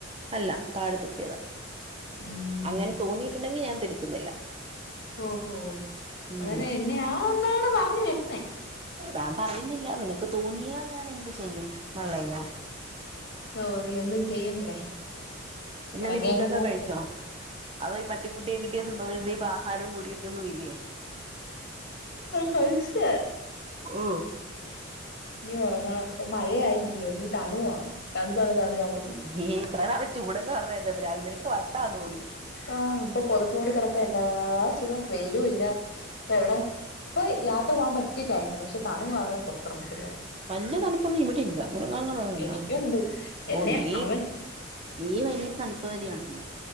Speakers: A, on the right; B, on the left.
A: അല്ല താഴെത്തുപ്പിയതാ
B: ഉം
A: അങ്ങനെ തോന്നിയിട്ടുണ്ടെങ്കിൽ
B: തോന്നി.
A: ഞാൻ തിരുത്തുന്നില്ല
B: ഓഹോ
A: ഉം
B: അതരെ എന്നെയാ ആന്നാണ് പറഞ്ഞു വരുന്നേ
A: ഞാൻ പറയുന്നില്ല നിനക്ക് തോന്നിയാൽ ഞാൻ എന്ത് ചെയ്യും മള്ളയ്യ
B: ഓ നീ ഒന്നും ചെയ്യണ്ടടേ
A: പിന്നെ
B: എനക്കെ
A: നീ ഫുഡൊക്കെ
B: അങ്ങ് പോന്നു
A: കഴിച്ചോ അതോ ഈ പട്ടിക്കുട്ടിയെ കിട്ടിയ സന്തോഷത്തി ഇപ്പൊ ആഹാരവും കുടിയൊന്നും ഇല്ലേ
B: കഴിച്ചതാ
A: ഓ
B: നീ ഒറങ്ങണം ഇപ്പൊ മഴ ആയില്ലയോ നീ തണുവാ തണു തണു തണു തണു
A: ഈ ഇത്ര നാള് ചൂടെന്ന് പറഞ്ഞായിരുന്നു പിന്നെ അത് നിനക്ക് വട്ടാന്ന് തോന്നി
B: ആ ഇപ്പൊ പൊതച്ചോട കിടക്ക എന്താ അ സുഖം വെയിലും ഇല്ല ഇപ്പ എവിടെ ഇപ്പൊ യാത്ര പോകാൻ പറ്റിയ ടൈം പക്ഷെ തണു കാരണം പുറത്തിറങ്ങ അെ
A: വലിയ തണുപ്പൊന്നും ഇവിട്ട ഇല്ല നിലക്കാലങ്ങളന്നല്ലോ
B: എനിക്കുണ്ട് എന്നെ
A: ഓ നീ
B: അവൻ
A: നീ ഭയങ്കര തണുപ്പുകാരിയാണല്ലോ